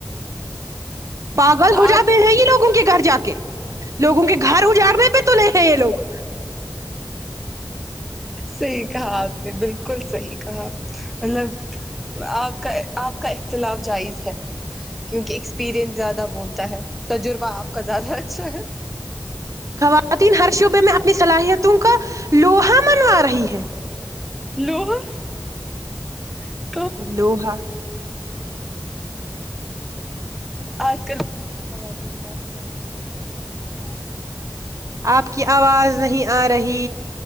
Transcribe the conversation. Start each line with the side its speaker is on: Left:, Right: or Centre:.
Right: پاگل ہو
Centre: آپ
Right: جاتے ہیں یہ لوگوں کے گھر جا کے لوگوں کے گھر اجاڑنے پہ تلے ہیں یہ لوگ
Centre: صحیح کہا آپ نے بالکل صحیح کہا مطلب آپ کا آپ کا اختلاف جائز ہے کیونکہ ایکسپیرئنس زیادہ بولتا ہے تجربہ آپ کا زیادہ اچھا ہے
Right: خواتین ہر شعبے میں اپنی صلاحیتوں کا لوہا منوا رہی ہے
Centre: لوہا <inaudible>
Right: لوحا
Centre: آج کل خواتین ڈاکٹر انجینئر استاد
Right: آپ
Centre: سائنسدان
Right: کی
Centre: اور
Right: آواز
Centre: افسر بن کر
Right: نہیں آ رہی